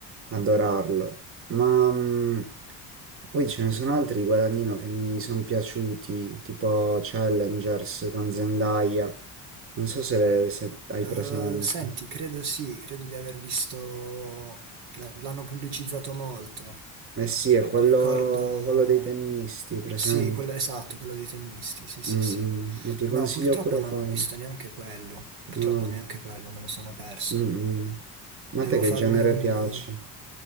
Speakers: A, on the right; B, on the right.
A: adorarlo. Ma mh, poi ce ne sono altri di Guadagnino che mi sono piaciuti, tipo Challengers con Zendaya. Non so se, se hai
B: Eh,
A: presente.
B: senti, credo sì, credo di aver visto, l- l'hanno pubblicizzato molto.
A: Eh sì, è quello,
B: Ricordo
A: quello dei tennisti, hai presente?
B: Sì, quello, esatto, quello dei tennisti, sì, sì,
A: Mm,
B: sì.
A: mm. Ti
B: No,
A: consiglio
B: purtroppo
A: pure
B: non
A: quello.
B: ho visto neanche quello, purtroppo
A: No.
B: neanche quello, me lo sono perso.
A: Mm, mm. Ma a
B: Devo
A: te che
B: farmi
A: genere
B: un...
A: piace?